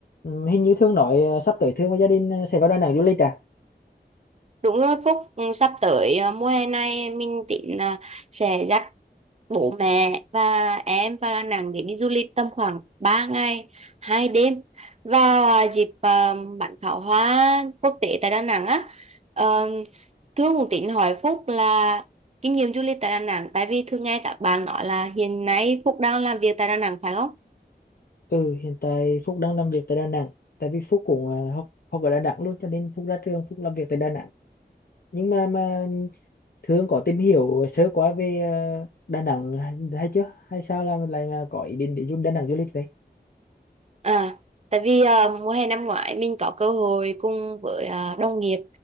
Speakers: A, on the left; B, on the right.
A: Ừ, hình như Thương nói ờ, sắp tới Thương và gia đình ờ, sẽ vào Đà Nẵng du lịch à?
B: Đúng rồi Phúc, ừ, sắp tới à, mùa hè này mình tính là sẽ dắt bố mẹ và em vào Đà Nẵng để đi du lịch tầm khoảng 3 ngày, 2 đêm vào à, dịp à, bắn pháo hoa quốc tế tại Đà Nẵng á. Ờ, Thương cũng tính hỏi Phúc là kinh nghiệm du lịch tại Đà Nẵng tại vì thường nghe các bạn nói là hiện nay Phúc đang làm việc tại Đà Nẵng phải không?
A: Ừ, hiện tại Phúc đang làm việc tại Đà Nẵng. Tại vì Phúc cũng ờ, học học ở Đà Nẵng luôn cho nên Phúc ra trường Phúc làm việc tại Đà Nẵng. Nhưng mà mà Thương có tìm hiểu sơ qua về ờ, Đà Nẵng hay, hay chưa? Hay sao là mình lại mà có ý định để du Đà Nẵng du lịch vậy?
B: À, tại vì à, mùa hè năm ngoái mình có cơ hội cùng với à, đồng nghiệp